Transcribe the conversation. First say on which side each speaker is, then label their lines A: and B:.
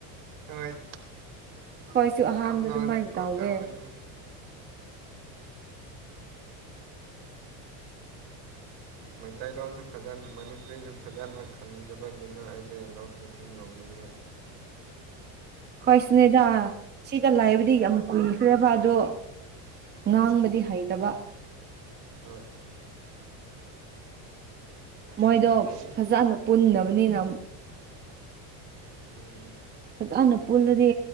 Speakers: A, on the right (about 65°); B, on the right (about 25°).
A: ꯍꯣꯏ
B: ꯑꯩꯈꯣꯏꯁꯨ ꯑꯍꯥꯟꯕ
A: ꯌꯥꯝ ꯅꯣꯛꯔꯒ
B: ꯑꯗꯨꯃꯥꯏꯅ
A: ꯀꯣꯜ
B: ꯇꯧꯋꯦ
A: ꯇꯧꯕꯅꯤ ꯃꯩꯇꯩꯂꯣꯟꯁꯨ ꯐꯖꯅ ꯃꯅꯤꯄꯨꯔꯤꯁꯨ ꯐꯖꯅ ꯈꯪꯗꯕꯒꯤꯅ ꯑꯩ ꯁꯦ ꯅꯣꯛꯅꯤꯡꯁꯨ ꯅꯣꯡꯅꯤꯡꯉꯦ
B: ꯑꯩꯈꯣꯏ ꯁꯨꯅꯦꯗ ꯁꯤꯗ ꯂꯩꯕꯗꯤ ꯌꯥꯝ ꯀꯨꯏꯈ꯭ꯔꯦꯕ ꯑꯗꯣ
A: ꯍꯣꯏ
B: ꯉꯥꯡꯕꯗꯤ ꯍꯩꯇꯕ
A: ꯍꯣꯏ ꯂꯣꯏꯅ
B: ꯃꯣꯏꯗꯣ
A: ꯍꯩꯌꯦ
B: ꯐꯖꯅ ꯄꯨꯟꯗꯕꯅꯤꯅ
A: ꯎꯝ
B: ꯐꯖꯅ ꯄꯨꯜꯂꯗꯤ